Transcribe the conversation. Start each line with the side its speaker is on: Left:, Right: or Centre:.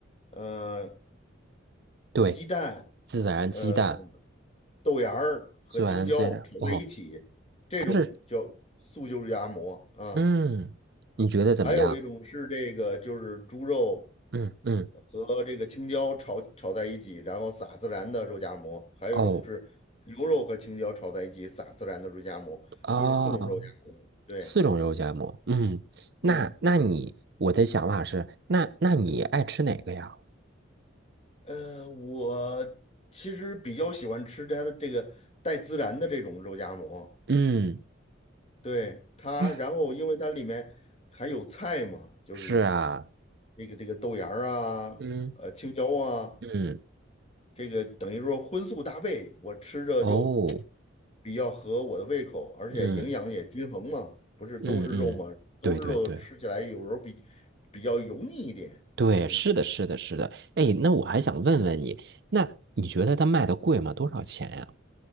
Left: 呃，
Right: 对，
Left: 鸡蛋，
Right: 孜然鸡蛋，
Left: 呃，豆芽儿和青椒炒在一起，
Right: 孜然鸡蛋。哦，
Left: 这种叫素就是夹馍啊。
Right: 它是嗯，你觉得怎么样？
Left: 还有一种是这个就是猪肉
Right: 嗯嗯。
Left: 和这个青椒炒炒在一起，然后撒孜然的肉夹馍。还有一种是牛肉和青椒炒在一起撒孜然的肉夹馍，
Right: 哦啊，
Left: 就是四种肉夹馍。对，
Right: 四种肉夹馍。嗯，那那你我的想法是，
Left: 嗯。
Right: 那那你爱吃哪个呀？
Left: 呃，我其实比较喜欢吃它的这个带孜然的这种肉夹馍，
Right: 嗯，
Left: 对它，
Right: 哎，
Left: 然后因为它里面还有菜嘛，就是
Right: 是啊。
Left: 这个这个豆芽儿啊，
Right: 嗯。
Left: 呃，青椒啊，
Right: 嗯，
Left: 这个等于说荤素搭配，我吃着就
Right: 哦，
Left: <tsk> 比较合我的胃口，而且营养也均衡嘛，
Right: 嗯
Left: 不是都是肉嘛，
Right: 嗯嗯，
Left: 都是肉，
Right: 对对对
Left: 吃起来有时候比比较油腻一点，
Right: 对，
Left: 嗯，
Right: 是的，是的，是的。哎，那我还想问问你，那你觉得它卖的贵吗？多少钱呀？